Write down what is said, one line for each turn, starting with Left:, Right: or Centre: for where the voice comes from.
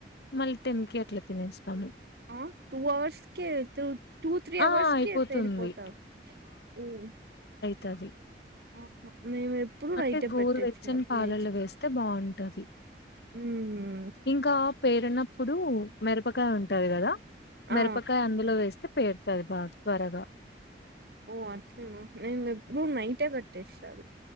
Left: మళ్ళీ టెన్ కి అట్లా తినేస్తాను
Right: ఆ టూ అవర్స్ కె టూ, త్రీ
Left: ఆ
Right: అవర్స్
Left: అయిపోతుంది
Right: కే తేలిపోతాం మ్మ్
Left: తది
Right: <inaudible>
Left: అంటే
Right: నైటే
Left: గోరు
Right: పెట్టేది
Left: వెచ్చని
Right: చిన్నప్పటి
Left: పాలల్ల
Right: నుంచి
Left: వేస్తే బాగుంటది
Right: ఉమ్
Left: ఇంకా పేరన ప్పుడు మిరపకాయ ఉంటది కదా
Right: ఆ
Left: మిరపకాయ అందులో వేస్ పేరుతది బా త్వరగా
Right: ఓ అట్లన మేము ఎప్పుడు నైటే పెట్టేస్తారు